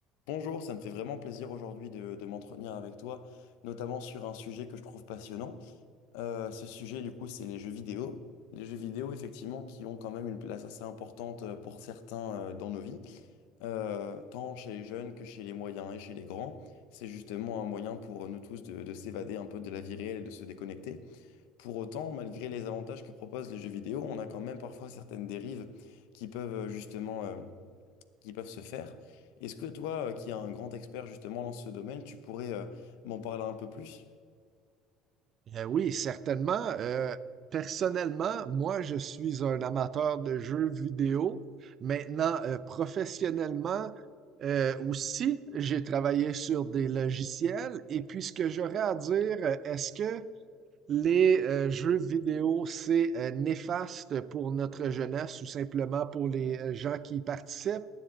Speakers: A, on the left (about 75°); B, on the right (about 45°).
A: Bonjour, ça me fait vraiment plaisir aujourd'hui de, de m'entretenir avec toi, notamment sur un sujet que je trouve passionnant. Euh, ce sujet, du coup, c'est les jeux vidéo. Les jeux vidéo, effectivement, qui ont quand même une place assez importante euh, pour certains euh, dans nos vies, Euh, tant chez les jeunes que chez les moyens et chez les grands. C'est justement un moyen pour nous tous de, de s'évader un peu de la vie réelle et de se déconnecter. Pour autant, malgré les avantages que proposent les jeux vidéo, on a quand même parfois certaines dérives qui peuvent euh, justement euh, qui peuvent se faire. Est-ce que toi, euh, qui es un grand expert justement dans ce domaine, tu pourrais euh, m'en parler un peu plus?
B: Euh, oui, certainement. Euh, personnellement, moi, je suis un amateur de jeux vidéo. Maintenant, euh, professionnellement, euh, aussi, j'ai travaillé sur des logiciels. Et puis, ce que j'aurais à dire, euh, est-ce que les euh, jeux vidéo, c'est euh, néfaste pour notre jeunesse ou simplement pour les euh, gens qui y participent?